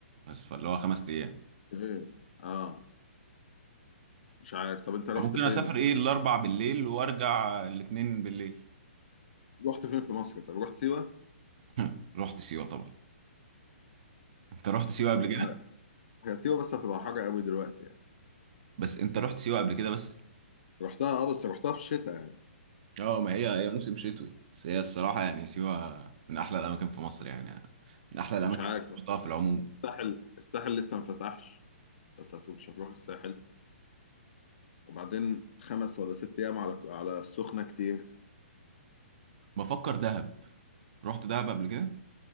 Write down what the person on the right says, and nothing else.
بس فاللي هو خمس ايام
ممكن
اسافر
ايه الاربع
بالليل وارجع الاتنين بالليل
<laughs> رحت سيوه طبعا انت رحت سيوه
قبل كده
بس انت رحت سيوه قبل كده بس
اه ما هي هي موسم شتوي بس هي الصراحه يعني سيوه من احلى الاماكن في مصر يعني من احلى
الاماكن
اللي رحتها في العموم
بفكر دهب رحت دهب قبل كده